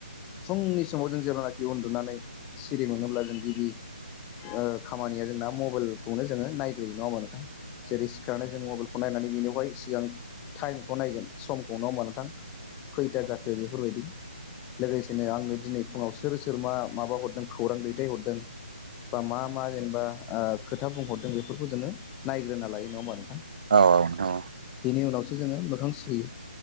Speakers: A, on the left; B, on the right.
A: फुंनि समाव जों जेब्लानाखि उन्दुनानै सिरि मोनोब्ला जों गिबि ओ खामानिया जोंना मबाइलखौनो जोङो नाय- ग्रोयो नङा होनबा नोंथां जेरै सिखारनानै जों मबाइलखौ नायनानै बेनियावहाय सिगां टाइम खौ नायगोन समखौ नङा होमबा? नोंथां खैथा जाखो बेफोरबायदि लोगोसेनो आंनो दिनै फुङाव सोर सोर मा माबा हरदों खौरां दैथाय हरदों बा मा मा जेनेबा ओ खोथा बुंहर- दों बेफोरखौ जोङो नायग्रोना लायो नङा होमबा नोंथां?
B: औ औ नोंथां औ
A: बेनि उनावसो जोङो मोखां सुयो।